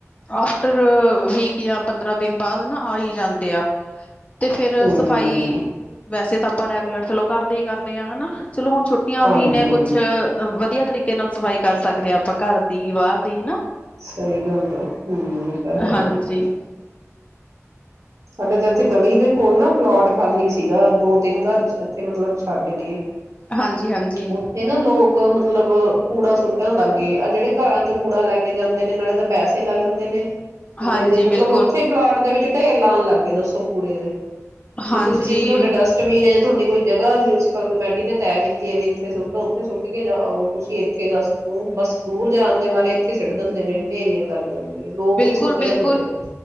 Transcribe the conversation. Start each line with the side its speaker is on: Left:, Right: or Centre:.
Left: ਆਫਟਰ ਵੀਕ ਜਾਂ ਪੰਦਰਾਂ ਦਿਨ ਬਾਅਦ ਨਾ ਆਈ ਜਾਂਦੇ ਆ ਤੇ ਫੇਿਰ
Right: ਹਮ
Left: ਸਫ਼ਾਈ ਵੈਸੇ ਤਾਂ ਆਪ ਰੈਗੂਲਰ ਚਲੋ ਕਰਦੇ ਹੀ ਕਰਦੇ ਹਨਾ ਚਲੋ ਹੁਣ ਛੁੱਟੀਆਂ
Right: ਹਾਂਜੀ
Left: ਵੀ ਨੇ ਕੁਛ ਵਧੀਆ ਤਰੀਕੇ ਨਾਲ ਸਫਾਈ ਕਰ ਸਕਦੇ ਹਾਂ ਆਪਾਂ ਘਰ ਦੀ ਬਾਹਰ ਦੀ ਹਨਾ
Right: ਸਹੀ ਗੱਲ ਆ ਹਮ ਇਹ ਤਾਂ ਹੈ
Left: ਹਾਂਜੀ
Right: ਸਾਡੇ ਤਾਂ ਇੱਥੇ ਗਲੀ ਦੇ ਖੋਲ ਨਾ ਪਲੋਟ ਖਾਲੀ ਸੀਗਾ ਦੋ ਤਿੰਨ ਘਰ ਇੱਥੇ ਮਤਲਬ ਛੱਡ ਕੇ
Left: ਹਾਂਜੀ ਹਾਂਜੀ
Right: ਉੱਥੇ ਨਾ ਲੋਕ ਮਤਲਬ ਕੂੜਾ ਸੁੱਟਣ ਲੱਗ ਗਏ ਆ ਜਿਹੜੇ ਘਰਾਂ ਚੋਂ ਕੂੜਾ ਲੈ ਕੇ ਕੇ ਜਾਂਦੇ ਨੇ ਨਾਲੇ ਤਾਂ ਪੈਸੇ ਲੈ ਲੈਂਦੇ ਨੇ ਕੂੜੇ
Left: ਹਾਂਜੀ
Right: ਦੇ ਮਤਲਬ
Left: ਬਿਲਕੁਲ
Right: ਉੱਥੇ ਪਲਾਟ ਦੇ ਵਿੱਚ ਢੇਰ ਲਾਉਣ ਲੱਗ ਗੇ ਦੱਸੋ ਕੂੜੇ ਦੇ ਵੀ
Left: ਹਾਂਜੀ
Right: ਤੁਸੀਂ ਜਿੱਥੇ ਤੁਹਾਡਾ ਡਸਟਬੀਨ ਹੈ ਜਾਂ ਤੁਹਾਡੀ ਕੋਈ ਜਗ੍ਹਾ ਮਿਪਲ ਕ ਨੇ ਤੈ ਕੀਤੀ ਹੈ ਵੀ ਇੱਥੇ ਸੁੱਟੋ ਉੱਥੇ ਸੁੱਟ ਕੇ ਜਾਓ ਤੁਸੀਂ ਇੱਥੇ ਦੱਸ ਕਿਉਂ ਬਸ ਦੂਰ ਜਾਣ ਦੇ ਬਾਰੇ ਸਿੱੜ ਦਿੰਦੇ ਨੇ ੇਰੀਆਂ ਕਰ ਦਿੰਦੇ ਨੇ ਲੋਕ
Left: ਬਿਲਕੁਲ
Right: ਵੀ ਸੁੱਟ
Left: ਬਿਲਕੁਲ
Right: ਜਾਂਦੇ ਆ